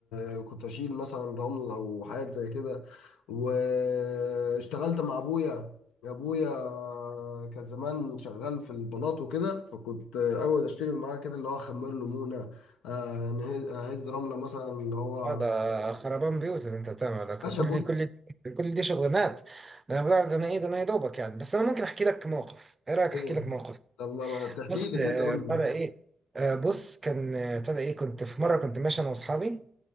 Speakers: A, on the left (about 80°); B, on the right (about 30°).
A: آه، كنت اشيل مثلا رمل او حاجات زي كده واشتغلت مع ابويا يا ابويا كان زمان شغال في البلاط وكده فكنت اول اشتغل معاه كده اللي هو اخمر له مونه آه، نهز- اهز رمله مثلا اللي هو
B: اه ده خربان بيوت اللي انت بتعمله ده كل
A: باشا بص
B: كل كل دي شغلانات ده انا ده انا ايه ده انا يا دوبك يعني بس انا ممكن احكي لك موقف ايه رايك احكي
A: إيه؟
B: لك موقف
A: طب ما ما تحكي
B: بص
A: لي كده
B: آه،
A: قول
B: ابتدى
A: لي
B: ايه آه، بص كان آه، ابتدى ايه كنت في مره كنت ماشي انا واصحابي